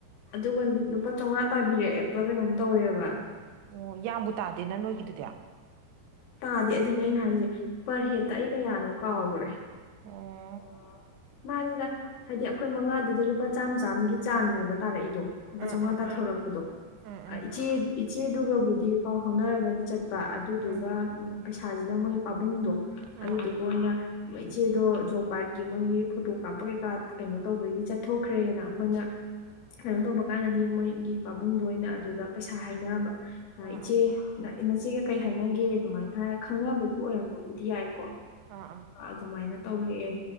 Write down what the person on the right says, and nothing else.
ꯑꯣ ꯌꯥꯝꯕꯨ ꯇꯥꯗꯦꯅ ꯅꯣꯏꯒꯤꯗꯨꯗꯤ
ꯑꯣ
ꯎꯝ
ꯎꯝ
ꯎꯝ ꯎꯝ
ꯎꯝ
ꯑꯥ
ꯑꯥ
ꯑꯥ ꯑꯥ
ꯑꯥ ꯑꯥ